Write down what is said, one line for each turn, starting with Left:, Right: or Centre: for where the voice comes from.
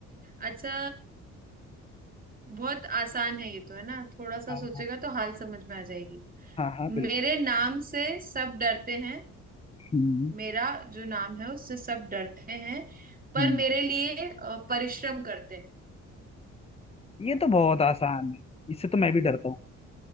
Right: अच्छा बहुत आसान है ये तो है ना थोड़ा सा
Left: हाँ
Right: सोचेगा
Left: हाँ
Right: तो हाल समझ में आ जाएगी
Left: हाँ हाँ बिल्कुल
Right: मेरे नाम से सब डरते हैं
Left: हम्म
Right: मेरा जो नाम है उससे सब डरते हैं पर
Left: हम्म
Right: मेरे लिए अ, परिश्रम करते हैं
Left: ये तो बहुत आसान है इससे तो मैं भी डरता हूँ